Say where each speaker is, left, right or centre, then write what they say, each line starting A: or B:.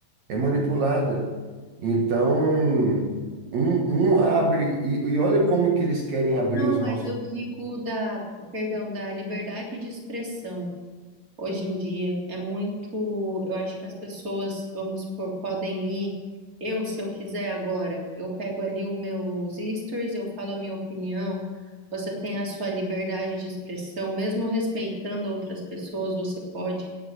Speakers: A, on the right; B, on the right.
A: É manipulada. Então, um, um abre, e, e olha como que eles querem abrir
B: Não,
A: os
B: mas
A: nossos.
B: eu digo da, perdão, da liberdade de expressão. hoje em dia. É muito. Eu acho que as pessoas, vamos supor, podem ir. Eu, se eu quiser agora, eu pego ali os meus stories, eu falo a minha opinião. Você tem a sua liberdade de expressão, mesmo respeitando outras pessoas, você pode.